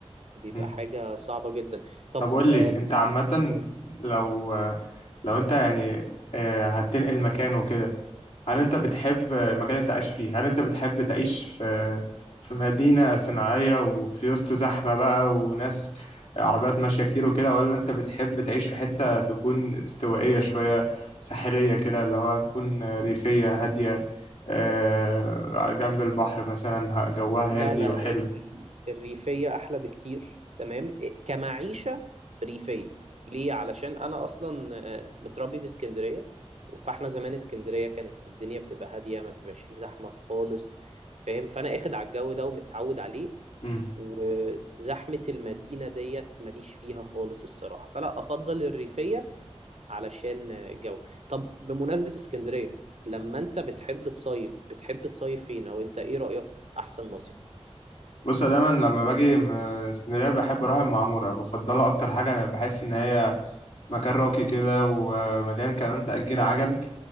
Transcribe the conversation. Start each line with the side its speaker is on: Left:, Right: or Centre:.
Right: بيبقى
Left: مم.
Right: حاجة صعبة جدا طب
Left: طب قول لي
Right: آه
Left: انت عامه
Right: أقول-
Left: لو لو انت يعني آه، هتنقل مكان وكده هل
Right: مم.
Left: انت بتحب المكان اللي انت عايش فيه هل انت بتحب تعيش في في مدينة صناعية وفي وسط زحمة بقى وناس عربيات ماشية كتير وكده ولا انت بتحب تعيش في حتة تكون استوائية شوية ساحلية كده اللي هو تكون ريفية هادية آه، على جنب البحر مثلا ه- جوها
Right: لا
Left: هادي
Right: لا
Left: وحلو
Right: ال ال الريفية أحلى بكتير تمام إيه، كمعيشة ريفية ليه علشان أنا أصلا آه، متربي في اسكندرية فاحنا زمان اسكندرية كانت الدنيا بتبقى هادية ما بيبقاش فيه زحمة خالص فاهم فأنا اخد على الجو ده ومتعود عليه
Left: مم.
Right: وزحمة المدينة ديت ماليش فيها خالص الصراحة فلا أفضل الريفية علشان الجو طب بمناسبة اسكندرية لما انت بتحب تصيف بتحب تصيف فين او انت ايه رأيك في احسن مصيف
Left: بص أنا دايما لما باجي م- اسكندرية بحب اروح المعمورة بفضلها اكتر حاجة انا بحس ان هي مكان راقي كده ومليان كمان تأجير عجل